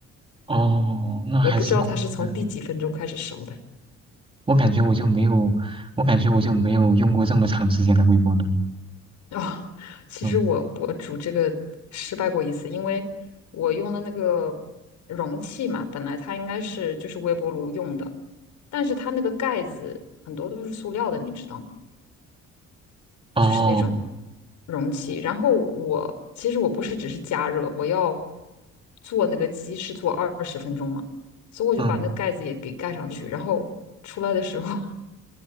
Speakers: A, on the right (about 20°); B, on the left (about 75°).
A: 哦，那还是故意的。
B: 我不知道它是从第几分钟开始熟的。
A: 我感觉我就没有，我感觉我就没有用过这么长时间的微波炉。
B: 哦，其实我我煮这个失败过一次，
A: 嗯，
B: 因为我用的那个容器嘛，本来它应该是就是微波炉用的，但是它那个盖子很多都是塑料的，你知道吗？
A: 哦，
B: 就是那种容器。然后我其实我不是只是加热，我要做那个鸡是做二十分钟嘛，所以我就把那盖子也给盖上去，
A: 嗯
B: 然后出来的时候，